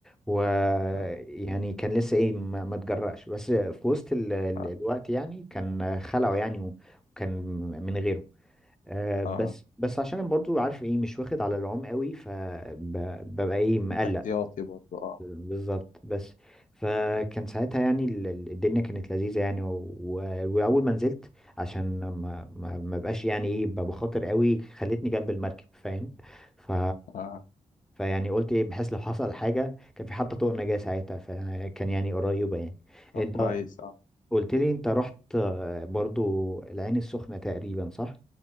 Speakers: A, in the centre; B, on the left (about 75°).
A: و
B: آه.
A: يعني كان لسه ايه ما, ما تجرأش بس في وسط ال... ال-
B: آه.
A: الوقت يعني كان خلعه يعني وكان من غيره آه، بس
B: آه.
A: بس عشان أنا برضو عارف ايه مش واخد على العوم قوي فببقى ايه مقلق
B: احتياطي برضو اه
A: بالظبط بس فكان ساعتها يعني ال- ال- الدنيا كانت لذيذة يعني و- و- واول ما نزلت عشان ما ما ما بقاش يعني ايه ب- بخاطر قوي خلتني جنب المركب فاهم ف
B: اه
A: فيعني قلت ايه بحيث لو حصل حاجة كان في حتى طوق نجاة ساعتها فكان يعني قريبة يعني
B: طب
A: انت
B: كويس اه
A: قلت لي انت رحت آه، برضو العين السخنة تقريبا صح؟